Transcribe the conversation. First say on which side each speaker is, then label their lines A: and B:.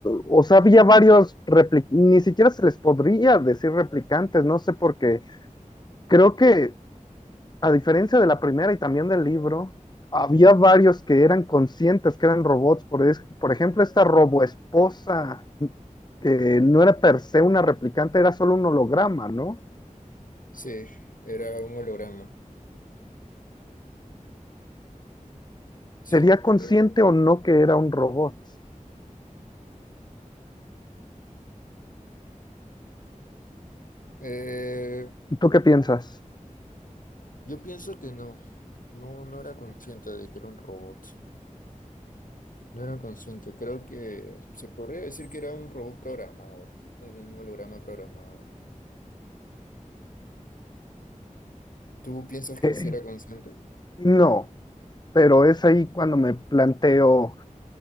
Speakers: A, on the left; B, on the left.
A: o sea, había varios replicantes, ni siquiera se les podría decir replicantes, no sé por qué. Creo que a diferencia de la primera y también del libro, había varios que eran conscientes que eran robots. Por, es- por ejemplo, esta roboesposa, que no era per se una replicante, era solo un holograma, ¿no?
B: Sí, era un holograma. Sí,
A: ¿Sería consciente
B: eh,
A: o no que era un robot?
B: eh,
A: ¿Y tú qué piensas?
B: yo pienso que no, no, no era consciente de que era un robot, no era consciente, creo que se podría decir que era un robot programado, un holograma programado. ¿Tú piensas que
A: Eh,
B: sí era consciente?
A: no, pero es ahí cuando me planteo,